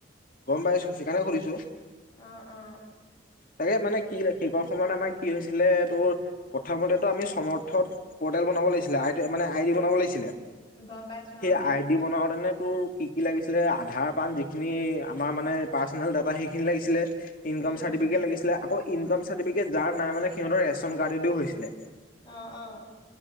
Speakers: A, on the left; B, on the left.
A: গম পাইছোঁ, সেইকাৰণে সুধিছোঁ।
B: অ অ
A: তাকে মানে কি সেইকন সময়ত আমাৰ কি হৈছিলে তোৰ প্ৰথমেটো আমি চৰ্থত - বনাব লাগিছিলে,। মানে আইদি বনাব লাগিছিলে,
B: গম পাইছো
A: সেই
B: অ
A: আইদি বনাওতে নে তোৰ কি-কি লাগিছিলে আধাৰ, পাণ যিখিনি আমাৰ মানে পাৰ্চনেল ডাটা সেইখিনি লাগিছিলে। ইনকম
B: উম
A: চাৰ্টিফিকেট
B: উম
A: লাগিছিলে, আকৌ ইনকম চাৰ্টিফিকেট যাৰ নাই মানে সিহঁতৰ ৰেচন কাৰ্ডেদিও হৈছিলে।
B: আহ-আহ।